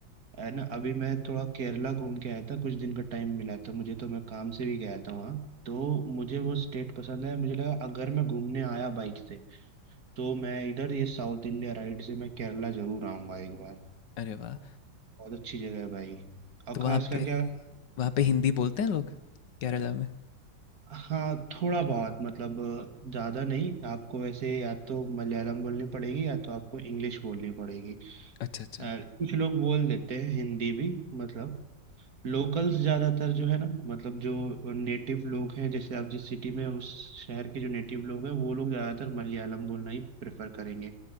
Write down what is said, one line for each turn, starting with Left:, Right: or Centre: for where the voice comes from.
Right: है ना अभी मैं थोड़ा केरला घूम के आया था कुछ दिन का टाइम मिला था मुझे तो मैं काम से भी गया था वहाँ तो मुझे वो स्टेट पसंद है मुझे लगा अगर मैं घूमने आया बाइक से तो मैं इधर ये साउथ इंडिया राइड से मैं केरला जरूर आऊँगा एक बार
Left: अरे वाह
Right: बहुत अच्छी जगह है भाई और
Left: तो वहाँ
Right: खास करके
Left: पे
Right: अगर-
Left: वहाँ पे हिंदी बोलते हैं लोग केरला में
Right: हाँ थोड़ा बहुत मतलब ज़्यादा नहीं आपको वैसे या तो मलयालम बोलनी पड़ेगी या तो आपको इंग्लिश बोलनी पड़ेगी
Left: अच्छा अच्छा
Right: अ, कुछ लोग बोल देते हैं हिंदी भी मतलब लोकल्स ज़्यादातर जो है ना मतलब जो नेटिव लोग हैं जैसे आप जिस सिटी में उस शहर के जो नेटिव लोग हैं वो लोग ज़्यादातर मलयालम बोलना ही प्रेफर करेंगे